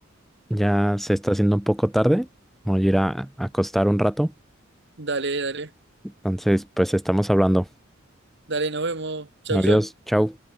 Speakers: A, in the centre; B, on the right.
A: ya se está haciendo un poco tarde. Voy a ir a a acostar un rato.
B: Dale, dale.
A: Entonces, pues estamos hablando.
B: Dale, nos vemos. Chau,
A: Adiós,
B: chau.
A: chao.